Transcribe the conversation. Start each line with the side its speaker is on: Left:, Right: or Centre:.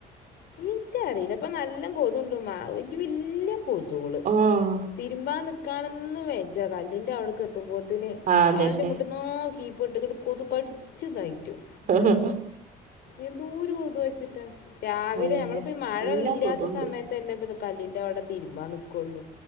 Left: ഇക്ക് അറീല്ല ഇപ്പൊ നല്ലം കൊതുണ്ട് മാ വല്യ വല്യ കൊതൂള്
Right: ആഹ്
Left: തിരുമ്പാ നിക്കാനൊന്നു വേജാ കല്ലിന്റെ അവിടുക്ക് ത്തുമ്പോത്തെന്
Right: ആഹ്
Left: കാലിന്റെ
Right: അതന്നെ
Left: മുട്ട്ന്നാ കീപ്പട്ട്ങ്ങട് കൊതു കടിച്ച്തായിറ്റും
Right: അഹ്ഹ
Left: എന്തൂര് കൊതു കയ്ച്ചിട്ടാ രാവിലെ
Right: അതന്നെ
Left: നമ്മളപ്പോ മഴല്ലാത്ത
Right: നല്ല കൊതുണ്ട്
Left: സമയത്ത് തെന്നെപ്പത് കല്ലിന്റവിടെ തിരുമ്പാൻ നിക്കുള്ളൂ